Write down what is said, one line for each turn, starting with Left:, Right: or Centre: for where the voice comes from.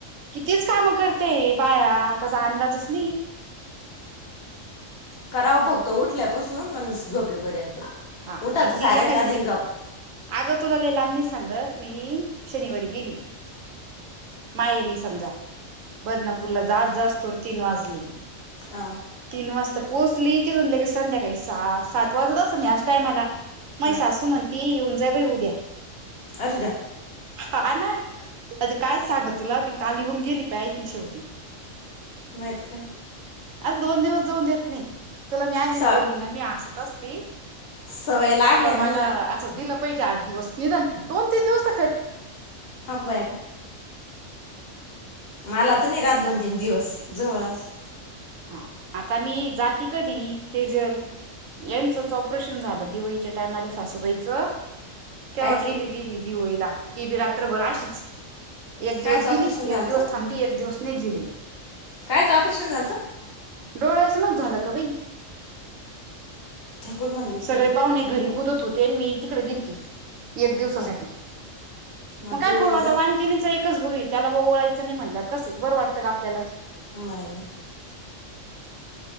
Right: कितीच काम करते बाया त्याचा अंदाजच नाहीये.
Left: करावं फक्त उठल्यापसून झोपेपर्यंत.
Right: हा
Left: उठाचं
Right: आणि
Left: साऱ्याच्या
Right: ती एखाद्दी
Left: आधी झोप
Right: अगं तुला लई लाबणी सांगत मी शनिवारी गेली माहेरीस. समजा बदनापूरला जावस् जावस् तोर् वाजली.
Left: हां
Right: तीन वाजता पोहचली तिथून लगेच संध्याकाळी सहा सात वाजत असं ना ह्या अशा टाईमला माही
Left: हां
Right: सासू म्हणती येऊन जाय बाई उद्या.
Left: अरे द्या
Right: हा ना, काय सांग तुला मी काली ईउन गेली पाय आखीन शेवटी.
Left: नहित काय?
Right: अर दोन दिवस जाऊन देत नाही तुला मी आधीच
Left: स
Right: बोलली ना मी हसत असती.
Left: सवय लागल्या
Right: का बा
Left: ना
Right: मला
Left: ला
Right: असं दिलं पाहिजे आठ दिवस निदान दोन तीन दिवसत
Left: अग बया ग. मला तर नाही रात दोन तीन दिवस जवळ आसुन
Right: हा आता मी जाती कधी तेजल. यांचच ऑपरेशन झालं दिवाळीच्या टाइमाला सासूबाईच तेव्हा
Left: कायच
Right: गेलेली मी दिवळीला ती बी रात्रभर अशीच एक दिवस
Left: कायचं
Right: गेली
Left: ऑपरेशन झालं
Right: एक दिवस थांबली एक दिवस नाघली लगेच.
Left: कायचं ऑपरेशन झालंत.
Right: डोळ्याचं नवत झालं का बाई.
Left: ठाकूड म्हणले
Right: सगळे
Left: तुम्ही
Right: पाहुणे घरी कुदत होते मी तिकडे गेलती एक दिवसासाठी.
Left: हा हा
Right: मग काय
Left: देवळीला
Right: करू
Left: जा
Right: आता वा आणि तिनीच एकच भाऊये त्याला ओवाळायचं नाही म्हणल्यावर कसं बरं वाटतं का आपल्यालाच
Left: नाही नाही.